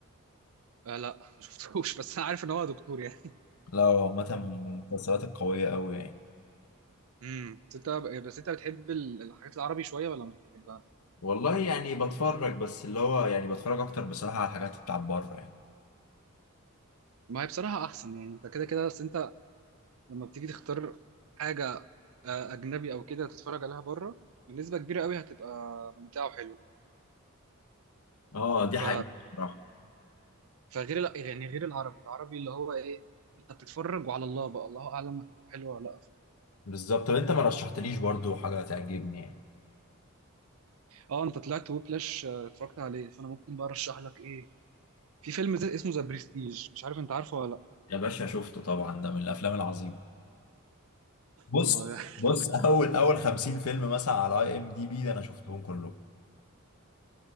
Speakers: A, on the right; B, on the left.
A: آه لا ما شفتوش <laughs> بس انا عارف ان هو دكتور يعني
B: لا هو عامه من المسلسلات القويه قوي يعني
A: امم بس انت بس انت بتحب ال- الحاجات العربي شويه ولا مش بتحبها؟
B: والله يعني بتفرج بس اللي هو يعني بتفرج اكتر بصراحه على الحاجات بتاع بره يعني
A: ما هي بصراحه احسن يعني انت كده كده بس انت لما بتيجي تختار حاجه آه، اجنبي او كده تتفرج عليها بره بنسبه كبيره قوي هتبقى ممتعه وحلوه
B: اه دي حقيقة
A: ف...
B: بصراحة
A: فغير ال... يعني غير العربي العربي اللي هو ايه انت بتتفرج وعلى الله بقى الله اعلم هتبقى حلوه ولا لا في الآخر.
B: بالظبط طب انت ما رشحتليش برضو حاجه تعجبني يعني
A: اه انت طلعت ويبلاش آه، اتفرجت عليه فانا ممكن بقى ارشح لك ايه في فيلم زي اسمه ذا بريستيج مش عارف انت عارفه ولا لا
B: يا باشا شفته طبعا ده من الافلام العظيمة بص
A: طب <laughs>
B: بص اول اول 50 فيلم مثلا على اي ام دي بي ده انا شفتهم كلهم